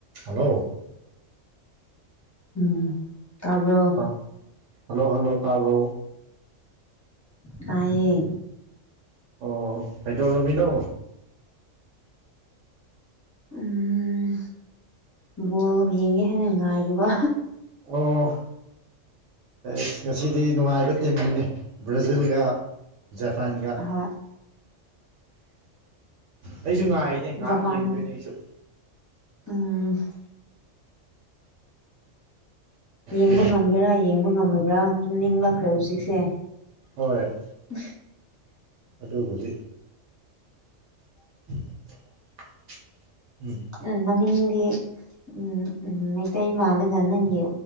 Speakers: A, on the right; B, on the left.
A: hello
B: ꯎꯝ ꯇꯥꯕ꯭ꯔꯣ
A: ꯑ hello hello ꯇꯥꯕ꯭ꯔꯣ
B: ꯇꯌꯦ
A: ꯑꯣ ꯍꯥꯏꯗꯣꯛꯔꯝꯃꯤꯅꯣ
B: ꯎꯝ ꯕꯣꯜ ꯌꯦꯡꯒꯦ ꯍꯥꯏꯦꯅ ꯉꯥꯏꯔꯤꯕ
A: ꯑꯣ ꯁ ꯉꯁꯤꯗꯤ ꯅꯨꯡꯉꯥꯏꯕ ꯇꯤꯝꯅꯤꯅꯤ ꯕ꯭ꯔꯥꯖꯤꯜꯒ ꯖꯄꯥꯟꯒ
B: ꯍꯣꯏ
A: ꯑꯩꯁꯨ ꯉꯥꯏꯔꯤꯅꯦ ꯉꯥꯏꯍꯥꯛ
B: ꯖꯄꯥꯟ
A: ꯌꯦꯡꯗꯣꯏꯅꯦ ꯑꯩꯁꯨ
B: ꯎꯝ ꯌꯦꯡꯕ
A: ꯇꯤꯝ
B: ꯉꯝꯒꯦꯔꯥ ꯌꯦꯡꯕ ꯉꯝꯃꯣꯏꯕ꯭ꯔꯥ ꯇꯨꯝꯅꯤꯡ ꯂꯛꯈ꯭ꯔꯦ ꯍꯧꯖꯤꯛꯁꯦ
A: ꯍꯣꯏ
B: <unintelligible>
A: ꯑꯗꯨꯕꯨꯗꯤ <unintelligible> ꯎꯝ
B: ꯎ ꯃꯃꯤꯡꯗꯤ ꯎꯝ ꯎꯝ ꯃꯩꯇꯩ ꯃꯥꯂ ꯑꯗꯨꯗ ꯅꯪꯒꯤ